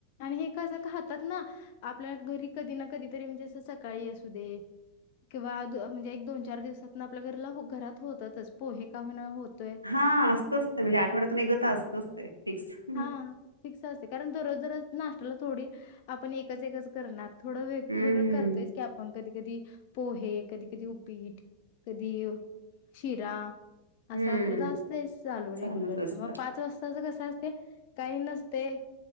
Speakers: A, on the left (about 45°); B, on the right (about 85°).
A: आणि हे कसं खातात ना आपल्या घरी कधी ना कधी तरी म्हणजे असं सकाळी असू दे किंवा दो अ म्हणजे एक दोन चार दिवसातनं आपल्या घरला घरात होतच पोहे का हो ना होत. तोय
B: हा असतच ते म्हणजे आठवड्यातून एकदा ता असतच ते फिक्स हं.
A: हा फिक्स असते कारण द रोज रोज ना नाष्ट्याला थोडी आपण एकच-एकच करणार. थोडं वेगवेगळं
B: हम्म,
A: करतोयस की आपण कधी कधी पोहे कधी कधी उपीट कधी शिरा
B: हम्म,
A: असं आपल्याला असतच चालू रेग्युलरचा
B: चालूच असतं.
A: मग पाच वाजताचा कसं ते काही नसते.